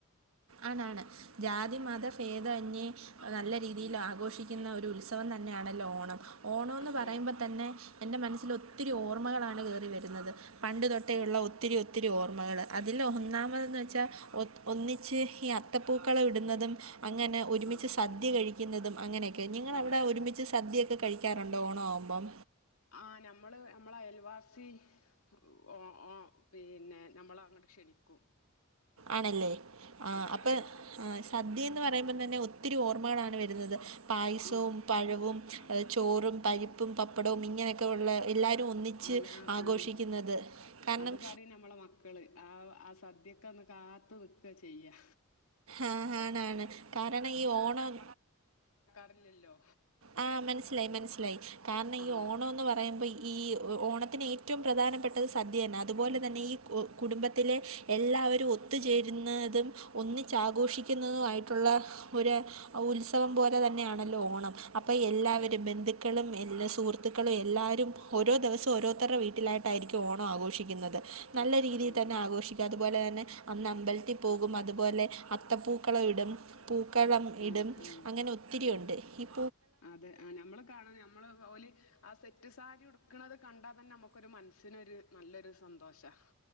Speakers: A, on the right; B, on the left.
A: ആണ് ആണ് ജാതി, മത ഫേദന്യെ നല്ല രീതീല്
B: ആഹ്
A: ആഘോഷി ക്ക്ന്ന ഒരു ഉത്സവം തന്നേണല്ലോ ഓണം ഓണോന്ന്
B: അതെ
A: പറയ്മ്പോ തന്നെ എൻ്റെ മനസ്സിൽ ഒത്തിരി ഓർമ്മകളാണ് കേറി വര്ന്നത്. പണ്ട് തൊട്ടേള്ള
B: ആഹ്
A: ഒത്തിരി ഒത്തിരി ഓർമ്മകള് അതില് ഒന്നാമതെന്ന് വെച്ചാ ഒ ഒന്നിച്ച് ഈ അത്തപ്പൂക്കള ഇട്ന്നതും അങ്ങനെ ഒര്മിച്ച്
B: ഉം
A: സദ്യ കഴിക്ക്ന്നതും അങ്ങനെയൊക്കെ നിങ്ങളവിടെ
B: അതെ
A: ഒര്മിച്ച് സദ്യയൊക്കെ ക കഴിക്കാറ്ണ്ടോ ഓണം ആവുമ്പം
B: ആഹ് ഞമ്മള് ഞമ്മളെ അയൽവാസി ഓ ഓ പിന്നെ ഞമ്മള് അങ്ങട്ട് ക്ഷണിക്കും.
A: ആണല്ലേ ആഹ്
B: അതെ
A: അപ്പൊ
B: ആ
A: ആഹ് സദ്യേന്ന് പറ പറയുമ്പം തന്നെ ഒത്തിരി ഓർമ്മകളാണ് വര്ന്നത്. പായസവും,
B: ഉം
A: പഴവും,
B: ആ
A: ചോറും, പരിപ്പും, പപ്പടവും,
B: ഉം
A: ഇങ്ങനെക്കെ ഉള്ള എല്ലാവരും ഒന്നിച്ച്
B: എല്ലാ
A: ആഘോഷിക്കുന്നത്
B: മ്
A: കാരണം
B: അത് പറയും നമ്മളെ മക്കള് ആഹ് അസ് സദ്യക്കന്ന് കാത്ത് നിക്കാ ചെയ്യാ
A: ആഹ് ആണാണ് കാരണം ഈ ഓണം
B: അല്ലല്ലോ
A: ആഹ് മനസ്സിലായി മനസ്സിലായി കാരണം
B: ആ
A: ഈ ഓണോന്ന് പറയുമ്പോ ഈ ഓ ഓണത്തിന് ഏറ്റവും പ്രധാനപ്പെട്ടത് സദ്യന്നെ. അത്പോലെ തന്നെ ഈ കുടുംബത്തിലെ എല്ലാവരും ഒത്ത്ചേ ചേര്ന്നതും ഒന്നിച്ച് ആഘോഷിക്കുന്നതുമായിട്ടുള്ള ഒര് ഉത്സവം പോലെ തന്നെയാണ്. ആണല്ലോ ഓണം. അപ്പ എല്ലാവരും
B: അതെ
A: ബന്ധു ക്കളും എല്ലാ സുഹൃത്ത്ക്കളും എല്ലാരും ഓരോ ദെവസോം ഓരോര്ത്തര്ടെ വീട്ടിലായിട്ടായിരിക്കും ഓണം ആഘോഷിക്കുന്നത്. നല്ല
B: ആ
A: രീതിയിൽ
B: ആ
A: തന്നെ ആഘോഷിക്കാത് അത്പോലെ തന്നെ അന്ന് അമ്പലത്തിൽ പോകും. അത്പോലെ അത്തപ്പൂക്കളം ഇടും പൂക്കളം
B: ഉം
A: ഇടും
B: ഉം
A: അങ്ങനെ ഒത്തിരി
B: ഉം
A: ഒണ്ട് ഇപ്
B: അതെ ആഹ് ഞമ്മള് കാണും ഞമ്മള് ഓല് ആസ് സെറ്റ് സാരി ഉട്ക്ക്ണത് കണ്ടാ തന്നെ ഞമ്മക്കൊര് മൻസ്സിനൊര് നല്ലൊര് സന്തോഷാ.